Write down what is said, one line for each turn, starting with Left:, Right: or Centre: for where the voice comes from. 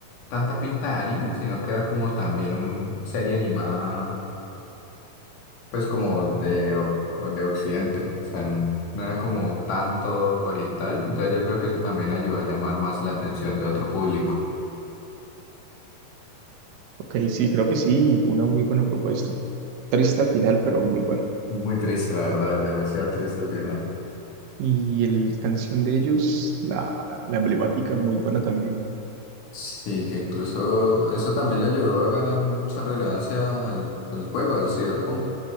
Left: tanta pinta de anime, sino que era como también una serie animada, pues como de, o- o de Occidente. O sea, n- no era como tanto oriental. Entonces yo creo que eso también ayuda a llamar más la atención de otro público.
Right: Ok, sí, creo que sí, fue una muy buena propuesta. Triste al final, pero muy buena.
Left: Muy triste, la verdad, demasiado triste al final.
Right: Y el- la canción de ellos, la, la emblemática, muy buena también.
Left: Sí, que incluso eso también le ayudó a ganar mucha relevancia al, al juego, al Cyberpunk,